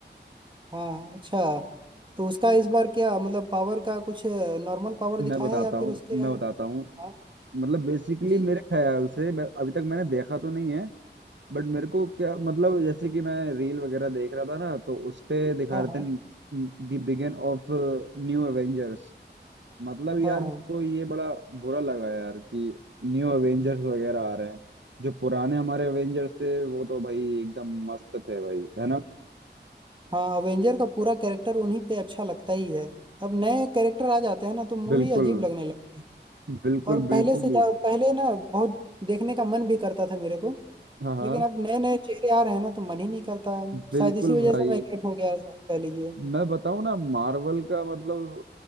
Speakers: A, on the right; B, on the right.
A: हाँ अच्छा तो उसका इस बार क्या मतलब पावर का कुछ नॉर्मल पावर
B: मैं
A: दिखाया
B: बताता
A: है या
B: हूँ
A: फिर उसके
B: मैं बताता हूँ
A: हाँ
B: मतलब बेसिकली
A: जी
B: मेरे
A: जी
B: ख्याल से मैं- अभी तक मैंने देखा तो नहीं है बट मेरे को क्या मतलब जैसे कि मैं रील वगैरह देख रहा था ना तो उस पे दिखा
A: हाँ
B: रहे
A: हाँ
B: थे the begin of new Avengers मतलब यार
A: हाँ हाँ
B: को ये बड़ा बुरा लगा यार कि न्यू एवेंजर्स वगैरह आ रहे हैं जो पुराने हमारे एवेंजर्स थे वो तो भाई एकदम मस्त थे भाई है ना
A: हाँ अवेंजर का पूरा कैरेक्टर उन्हीं पे अच्छा लगता ही है अब नए कैरेक्टर आ जाते हैं ना तो मूवी
B: बिल्कुल
A: अजीब लगने लगती है
B: बिल्कुल
A: और
B: बिल्कुल
A: पहले से जा पहले ना बहुत देखने का मन भी करता था मेरे को
B: हाँ हाँ
A: लेकिन अब नए नए चेहरे आ रहे हैं ना तो मन ही नहीं करता
B: बिल्कुल
A: शायद इसी वजह
B: भाई
A: से मैं लेट हो गया सर, कह लीजिए
B: मैं बताऊं ना मार्वल का मतलब